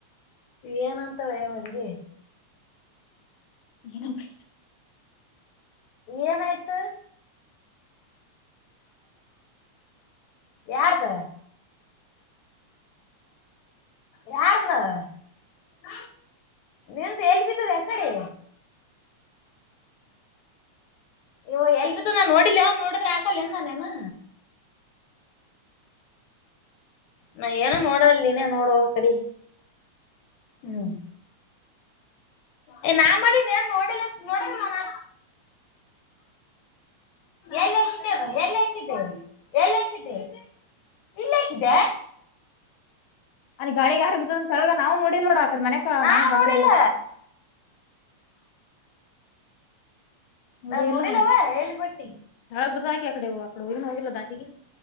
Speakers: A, on the left; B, on the left.
A: ಏನಂತಾರೆ ಅವನಿಗೆ
B: ಏನ ಬ
A: ಏನ್ ಆಯ್ತು ಯಾರದ ಯಾರನ್ನು <unintelligible> ನಿಂತ ಹೇಳ್ಬೇಕದೆ ಯಾಕಡಿ ಯವ್ವ ಎಲ್ ಬಿಿದ್ದುನಾ ನೋಡಿಿಲ್ಲ ನೋಡಿದ್ರೆ ಆಕಲ್ ನಾನೇನು ನಾ ಏನೋ ನೋಡದಿಲ್ ನೀನೇ ನೋಡುವ ಕಡೆ ಹ್ಮ್ ಏ ನಾನ್ ಮಾಡನ್ ನೋಡಿಲ್ಲ ನೋಡಿಲ್ಲ ನಾನು ಎಲ್ ಹಕಿದೆ ಅದು ಎಲ್ ಹಾಕಿದೆ ಎಲ್ ಹಾಕಿದೆ ಎಲ್ ಹಾಕಿದೆ
B: ಅಲ್ಲಿ ಗಾಳಿಗ್ ಹಾರ್ ಬತ್ತದ ಅಂತಳಗ ನಾವು ನೋಡಿಲ್ ನೋಡ ಆಕಡೆ ಮನಕ
A: ನಾ
B: ನಾನ ಬಂದೇ
A: ನೋಡಿಲ್ಲ
B: ಇಲ್ಲ ನೋಡೇ
A: ನಾನು
B: ಇಲ್ಲ
A: ನಡಿಲವ ಹೇಳ ಬಟ್ಟಿ
B: ತೆಳಗ್ ಬಿದ್ದಾಕಿ ಆಕಡೆ ಆಕಡೆ ಹೋಗಿನ ಹೋಗಿಲ್ಲ ದಾಂಡಿಗಿ